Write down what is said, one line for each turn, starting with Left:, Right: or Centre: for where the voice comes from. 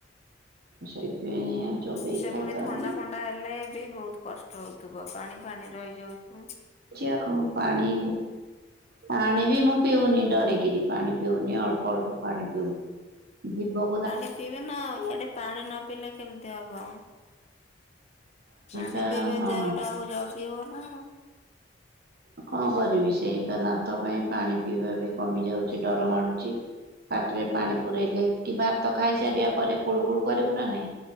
Right: ସେଇଥିପାଇଁ ଚୋବେଇ
Left: ସେ
Right: ଖାଇପାରୁନି
Left: ପୁଣି ଥଣ୍ଡା ଫଣ୍ଡା ହେଲେ ବି ବହୁତ କଷ୍ଟ ହଉଥିବ ପାଣି ଫାଣି ରହିଯାଉଥିବ।
Right: ଯଉ ପାଣି ପାଣି ବି ମୁଁ ପିଉନି ଡରିକିରି ପାଣି ପିଉନି ଅଳ୍ପ ଅଳ୍ପ ପାଣି ପିଉଛିି। ଜିଭ
Left: ପାଣି ପିଇବେ ନା ଆଉ ଇଆଡେ ପାଣି ନ ପିଇଲେ କେମିତି ହବ? ପାଣି
Right: ପା
Left: ପିଇବେ
Right: ହଁ
Left: ଦେହ ଟାକୁ ଜଗିବ ନା।
Right: କଣ କରିବି ସେଇ ଦାନ୍ତ ପାଇଁ ପାଣି ପିଇବା ବି କମି ଯାଉଛି ଡର ମାଡୁଛି। ପାଟିରେ ପାଣି ପୁରଇଲେ କି ଭାତ ଖାଇସାରିବା ପରେ କୁଳୁ କୁଳୁ କରିବୁ ନା ନାଇଁ?